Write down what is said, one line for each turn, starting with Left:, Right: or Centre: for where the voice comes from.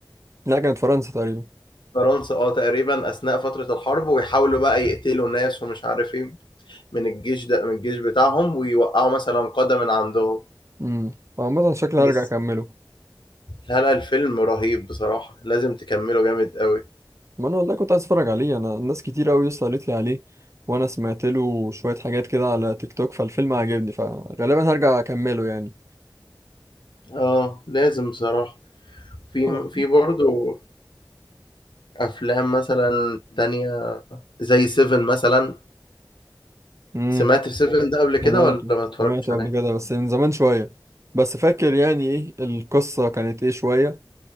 Right: لا كانت فرنسا تقريبا
Left: فرنسا اه تقريبا أثناء فترة الحرب ويحاولوا بقى يقتلوا ناس ومش عارف إيه من الجيش ده من الجيش بتاعهم ويوقعوا مثلا قادة من عندهم
Right: امم عامة شكلي
Left: بس
Right: هرجع اكمله
Left: لا لا الفيلم رهيب بصراحة لازم تكمله جامد قوي
Right: ما انا والله كنت عايز اتفرج عليه انا الناس كتير قوي يا اسطى قالت لي عليه وانا سمعت له شوية حاجات كده على تيك توك فالفيلم عجبني فغالبا هرجع اكمله يعني
Left: اه لازم بصراحة في
Right: اه
Left: في برضه افلام مثلا تانية زي سيفن مثلا
Right: امم
Left: سمعت سيفن ده قبل كده
Right: سمعته
Left: ولا ما اتفرجتش
Right: سمعته
Left: عليه
Right: قبل كده بس من زمان شوية بس فاكر يعني ايه القصة كانت ايه شوية